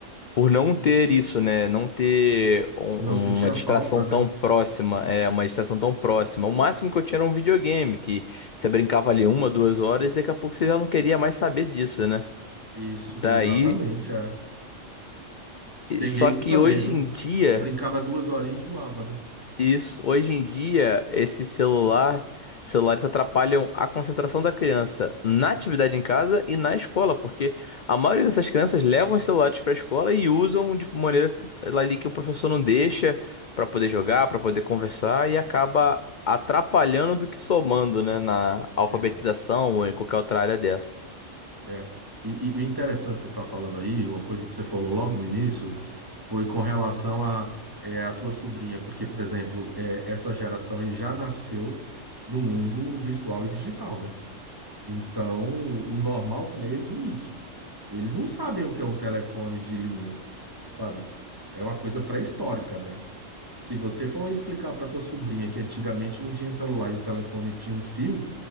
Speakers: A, on the left; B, on the right.
A: Por não ter isso, né? Não ter um-
B: Não sentia
A: uma distração
B: falta,
A: tão
B: né?
A: próxima, é, uma distração tão próxima. O máximo que eu tinha era um videogame, que você brincava ali uma, duas horas, e daqui a pouco você já não queria mais saber disso, né?
B: Isso,
A: Daí,
B: exatamente, é. Peguei
A: só
B: isso
A: que
B: também,
A: hoje
B: viu?
A: em dia,
B: Brincava duas horinhas e enjoava, né?
A: Isso. Hoje em dia, esse celular, celulares atrapalham a concentração da criança na atividade em casa e na escola, porque a maioria dessas crianças levam os celulares para a escola e usam de maneira que- ali que o professor não deixa para poder jogar, para poder conversar e acaba atrapalhando do que somando, né, na alfabetização
B: É,
A: ou em qualquer outra área dessa.
B: é. E, e o interessante que você está falando aí, uma coisa que você falou logo no início, foi com relação a, é, a tua sobrinha, porque, por exemplo, é, essa geração aí já nasceu no mundo virtual e digital, né? Então, o normal para eles é isso. Eles não sabem o que é um telefone de linha, sabe? É uma coisa pré-histórica, né? Se você for explicar para tua sobrinha que antigamente não tinha celular e o telefone tinha um fio,